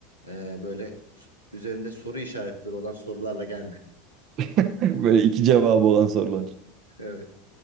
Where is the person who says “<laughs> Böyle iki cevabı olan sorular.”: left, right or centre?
Right